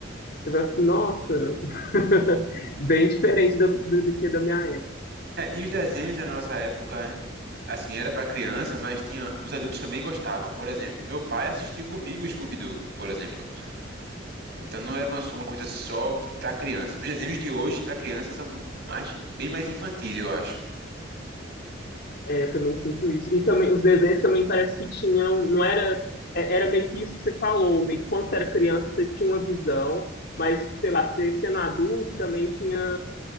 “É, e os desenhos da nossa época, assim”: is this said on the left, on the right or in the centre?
Right